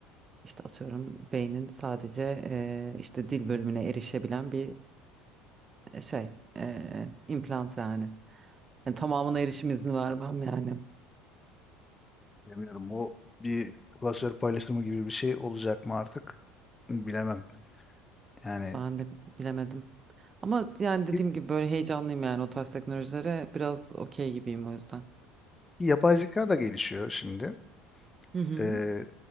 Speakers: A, on the right; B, on the left.
A: İşte atıyorum beynin sadece e, işte dil bölümüne erişebilen bir şey e, implant yani. Yani tamamına erişim izni vermem yani.
B: Bilmiyorum bu bir klasör paylaşımı gibi bir şey olacak mı artık bilemem. Yani
A: Ben de bilemedim. Ama yani dediğim
B: y-
A: gibi böyle heyecanlıyım yani o tarz teknolojilere biraz okey gibiyim o yüzden.
B: yapay zeka da gelişiyor şimdi.
A: Hı hı.
B: Ee,